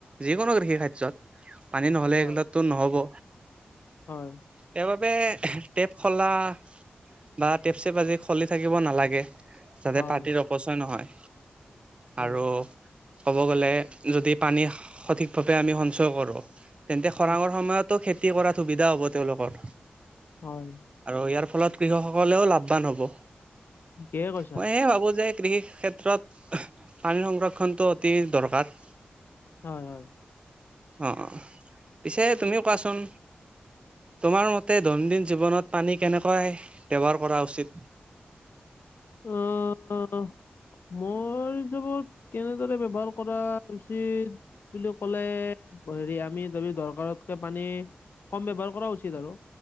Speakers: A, on the right; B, on the left.
A: যিকোনো কৃষি কাৰ্যত পানী নহ'লে
B: হয়,
A: এইগলত টো নহ'ব।
B: হয়।
A: সেইবাবে টেপ খলা বা টেপ চেপ আজি খলি থাকিব নালাগে। যাতে
B: হয়।
A: পানীৰ অপচয় নহয়,
B: উম,
A: আৰু ক'ব গ'লে যদি পানী সঠিকভাৱে আমি সঞ্চয় কৰোঁ, তেন্তে খৰাঙৰ
B: উম।
A: সময়ত টো খেতি কৰাত সুবিধা হ'ব তেওঁলোকৰ।
B: হয়।
A: আৰু ইয়াৰ ফলত কৃষক সকলেও লাভৱান হব,
B: ঠিকেই কৈছা।
A: মই এই ভাবো যে কৃষি ক্ষেত্ৰত পানীৰ সংৰক্ষণটো অতি দৰকাৰ।
B: হয় হয়।
A: অঁ অঁ' পিছে তুমিও কোৱাচোন। তোমাৰ মতে দৈনন্দিন জীৱনত পানী কেনেকৈই ব্যৱহাৰ কৰা উচিত?
B: উউমম' মোৰ হিচাপত কেনেদৰে ব্যৱহাৰ কৰা উচিত- বুলি ক'লে হেৰি আমি যদি দৰকাৰতকে পানী- কম ব্যৱহাৰ কৰা উচিত আৰু।